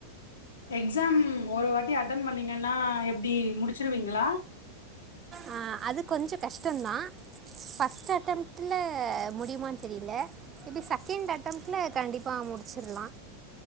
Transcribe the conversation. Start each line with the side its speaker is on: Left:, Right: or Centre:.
Left: எக்ஸாம் ஒரு வாட்டி அட்டென் பண்ணீங்கன்னா எப்டி முடிச்சிருவீங்களா
Right: ஆ அது கொஞ்சம் கஷ்டம்தான் ஃபர்ஸ்ட் அட்டெம்ட்ல முடியுமான்னு தெரில மேபி செகண்ட் அட்டம்ட்ல கண்டிப்பா முடிச்சிரலா